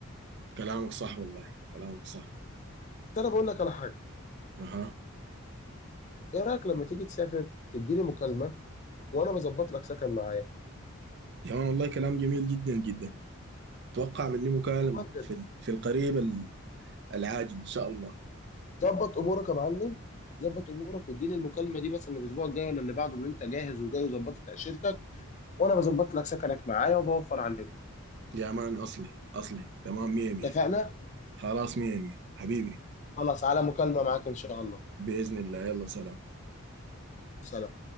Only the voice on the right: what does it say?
كلامك صح والله كلامك صح
اها
يا مان والله كلام جميل جدا جدا اتوقع مني مكالمة
في في القريب العاجل ان شاء الله
يا مان اصلي اصلي تمام مية مية
خلاص مية مية حبيبي
باذن الله يلا سلام